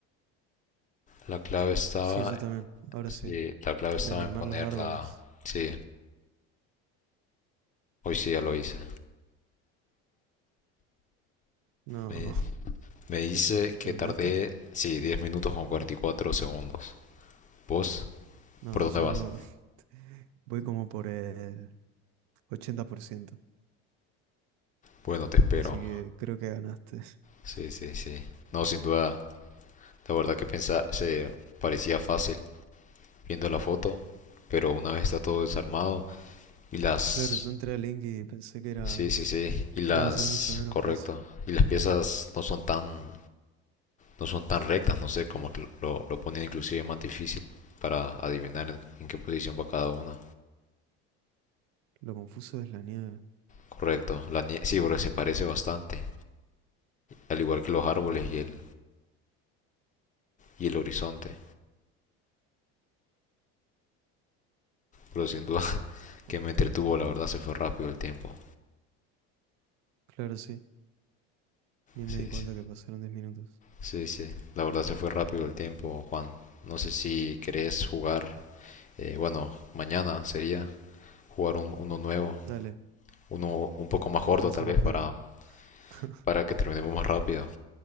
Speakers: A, on the left; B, on the right.
A: la clave estaba
B: Sí, yo también. Ahora
A: Sí,
B: sí.
A: la clave estaba
B: En armar
A: en ponerla.
B: los árboles.
A: Sí, hoy sí ya lo hice.
B: No,
A: Me,
B: <laughs>
A: me dice
B: ¿terminaste?
A: que tardé, sí, 10 minutos con 44 segundos. ¿Vos?
B: No,
A: ¿Por dónde
B: yo
A: vas?
B: <laughs> voy como por el ochenta por ciento
A: Bueno, te espero.
B: Así que creo que ganaste.
A: Sí, sí, sí. No, sin duda, la verdad que pensaba, se parecía fácil viendo la foto, pero una vez está todo desarmado y las...
B: Claro, yo entré a Link y pensé que era...
A: Sí, sí, sí. Y las...
B: iban a ser mucho menos
A: Correcto.
B: peso
A: Y las piezas no son tan no son tan rectas, no sé cómo lo, lo ponen inclusive más difícil para adivinar en, en qué posición va cada una.
B: Lo confuso es la nieve.
A: Correcto, la nieve, sí, porque se parece bastante, al igual que los árboles y el, y el horizonte. Pero sin duda <laughs>
B: Ah,
A: que me entretuvo, la verdad se fue rápido el tiempo.
B: Claro, sí. Ni
A: Sí,
B: me di cuenta
A: sí,
B: que pasaron diez minutos.
A: sí, sí. la verdad se fue rápido el tiempo, Juan. No sé si querés jugar, eh, bueno, mañana sería jugar un, uno nuevo,
B: Dale,
A: uno un poco más
B: me
A: corto
B: parece
A: tal vez
B: perfecto.
A: para,
B: <laughs>
A: para que terminemos más rápido.